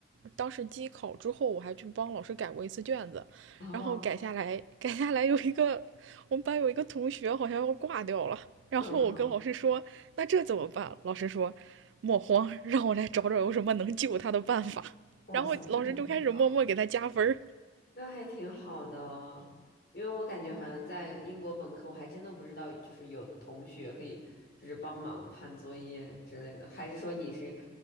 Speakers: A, on the right; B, on the left.
A: 当时机考之后，我还去帮老师改过一次卷子，
B: 哦，
A: 然后改下来，改下来有一个我们班有一个同学好像要挂掉了，然后我跟老师说，
B: 嗯嗯，
A: 那这怎么办？老师说，莫慌，让我来找找有什么能救他的办法。<laughs>
B: 哇塞，
A: 然后老师就开始默默给他加分儿。
B: 那还挺那还挺好的，因为我感觉好像在英国本科，我还真的不知道，就是有同学可以就是帮忙判作业之类的，还是说你是，